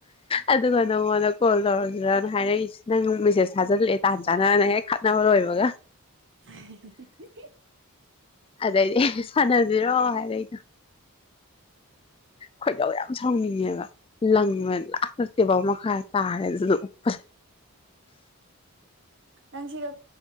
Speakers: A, on the left (about 25°); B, on the right (about 55°).
A: ꯑꯗꯨꯒ ꯅꯪꯉꯣꯟꯗ ꯀꯣꯜ ꯇꯧꯔꯁꯤꯔꯅ ꯍꯥꯏꯔꯛꯏꯁꯦ ꯅꯪ ꯃꯦꯁꯦꯖ ꯊꯥꯖꯜꯂꯛꯑꯦ
B: ꯎꯝ
A: ꯇꯥꯟ ꯆꯥꯟꯅꯅ ꯍꯦꯛ ꯅꯔꯣ ꯏꯕꯒ
B: <unintelligible>
A: ꯑꯗꯩꯗꯤ ꯁꯥꯟꯅꯁꯤꯔꯣ ꯍꯥꯏꯔ ꯑꯩꯅꯣ ꯈꯣꯏꯗꯧ ꯌꯥꯝ ꯁꯥꯎꯅꯤꯡꯉꯦꯕ ꯂꯪꯕ ꯂꯥꯂꯛꯇꯦꯕꯥꯎ ꯃꯈꯥ ꯇꯥꯔꯦ ꯑꯗꯨꯗ ꯎꯞꯄꯜ
B: ꯅꯪ ꯁꯤꯒ